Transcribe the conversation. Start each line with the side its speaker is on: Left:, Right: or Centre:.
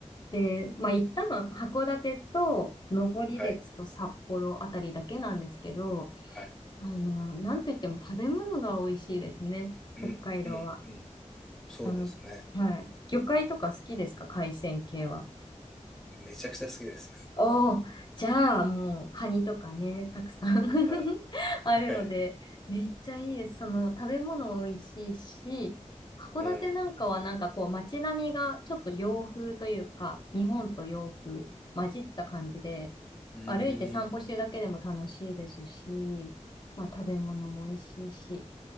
Left: で、まあ行ったのは函館と登別と札幌あたりだけなんですけど、
Centre: はい、はい。
Left: あの、なんといっても食べ物が美味しいですね。
Centre: うん、
Left: 北海道は。
Centre: うん、うん。そうですね。
Left: あの、はい。魚介とか好きですか海鮮系は。
Centre: めちゃくちゃ好きです。
Left: おー、じゃあもうカニとかね、たくさん <laughs>
Centre: はい、
Left: あるので、
Centre: はい。
Left: めっちゃいいです。その食べ物美味しいし、函館なんかはなんかこう街並みがちょっと洋風というか、
Centre: うん、
Left: 日本と洋風混じった感じで、
Centre: うーん。
Left: 歩いて散歩してるだけでも楽しいですし、まあ食べ物も美味しいし、